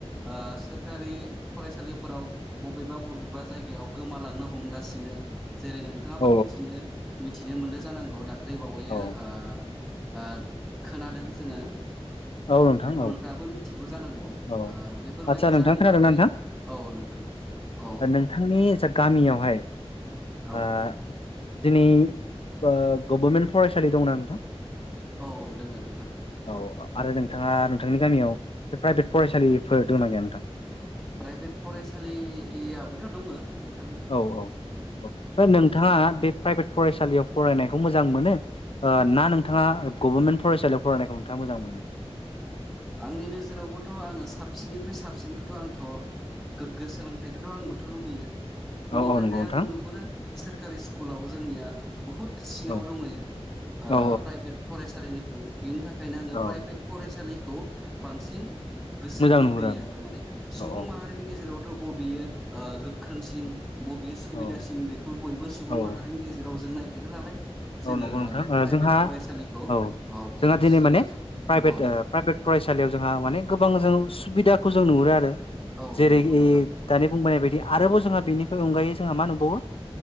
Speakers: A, in the centre; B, on the left.
A: ओ सोरखारि फरायसालि फोराव बबेबा बबेबा जायगायाव गोमालांनो हमगासिनो जेरै नोंथाङाबो
B: औ
A: मिथिनो मिथिनो मोनदों जानांगौ दाख्लै बावैयो
B: औ
A: आ खोनादों जोङो
B: औ नोंथां
A: बेखौ
B: औ
A: नोंथाङाबो मिथि गौ जानांगौ ओ
B: औ
A: बेफोरबायदि
B: आदसा नोंथां
A: जाहोननि
B: खोनादोंना
A: थाखाय
B: नोंथां
A: औ नोंथां नोंथां औ
B: नोंथांनि जा गामियावहाय
A: औ
B: आ दिनै गभर्मेन्ट फरायसालि दंना नोंथां
A: औ औ दोङ नोंथां
B: औ आरो नोंथाङा नोंथांनि गामियाव बे प्राइभेट फरायसालिफोर दंना गैया नोंथां
A: प्राइभेट फरायसालियाबोथ' दङ नोंथ
B: औ औ औ नोंथाङा बे प्राइभेट फरायसालियाव फरायनायखौ मोजां मोनो ना नोंथाङा गभर्नमेन्ट फरायसालियाव फरायनायखौ नोंथाङा मोजां मोनो नोंथां <unintelligible>
A: आंनि नोजोरावबोथ' आङो साबसिननिख्रुइ साबसिनखौथ' आंथ' गोग्गो सोलोंथाइखौथ' आंबोथ' लुबैयो बेनि
B: औ औ
A: थाखाय
B: नंगौ नोंथां
A: आङो नुहुरो सोरखारि स्कुलाव जोंनिया बुहुद सिङाव
B: औ
A: दङयो
B: औ
A: प्राइभेट फरायसालिनिख्रुइ बेनि थाखायनो आङो
B: औ
A: प्राइभेट फरायसालिखौ बांसिन गोसो
B: मोजां
A: बोहोयो
B: नुहुरो
A: आरो माने सुबुं
B: औ
A: माहारिनि गेजेरावथ' बबेयो गोख्रोंसिन बबे सुबिदासिन
B: औ
A: बेखौ बयबो सुबुं
B: औ
A: माहारिनि
B: औ
A: गेजेराव जों ननायागिरोलालाय जोङो
B: औ नंगौ नोंथां
A: प्राइभेट
B: ओ जोंहा
A: फरायसालिखौ
B: औ
A: औ
B: जोंहा दिनै
A: जोङो
B: माने प्राइभेट
A: औ
B: ओ प्राइभेट फरायसालियाव जोंहा माने गोबां जों सुबिदाखौ जों नुहुरो आरो
A: औ औ
B: जेरै
A: नंगौ नोंथां
B: दानि बुंबोनाय बायदि आरोबाव जोंहा बेनि बे अनगायै जोंहा मा नुबावो